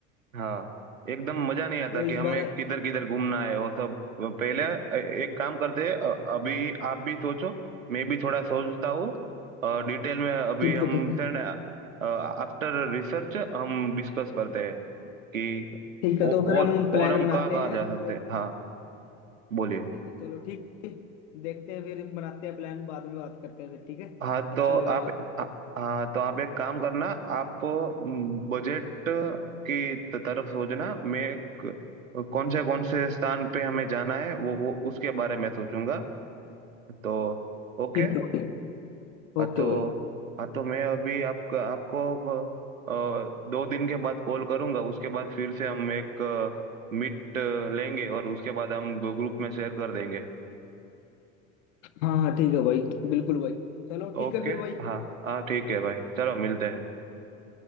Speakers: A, on the right; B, on the left.
A: हाँ एकदम मजा नहीं आता
B: तो
A: कि
B: इस
A: हमें
B: बार
A: किधर किधर घूमना है वो सब पहले एक काम करते हैं अ- अभी आप भी सोचो मैं भी थोड़ा सोचता हूँ और डिटेल में अभी
B: ठीक
A: हम
B: है ठीक है
A: आफ्टर रिसर्च हम डिस्कस करते हैं कि
B: ठीक है
A: औ-
B: तो फिर
A: और
B: हम प्लान
A: और हम
B: बनाते
A: कहाँ कहाँ
B: हैं
A: जा सकते
B: तो
A: हैं हाँ बोलिए
B: ठीक है चलो ठीक है देखते हैं फिर बनाते हैं प्लान बाद में बात करते हैं फिर ठीक है
A: हाँ
B: अच्छा
A: तो
B: लगा
A: आप
B: बात करके
A: आ- हाँ तो आप एक काम करना आप बजट की त- तरफ सोचना मैं क- कौन से कौन से स्थान पे हमें जाना है वो वो उसके बारे में सोचूंगा तो ओके
B: ठीक है भाई
A: हाँ
B: ओके
A: तो
B: भाई
A: हाँ तो मैं अभी आपको आपको अ, दो दिन के बाद कॉल करूंगा उसके बाद फिर से हम एक मीट लेंगे और उसके बाद हम ग्रुप में शेयर कर देंगे
B: हाँ हाँ ठीक है भाई बिल्कुल भाई चलो ठीक
A: ओके
B: है फिर भाई
A: हाँ हाँ ठीक है भाई चलो मिलते हैं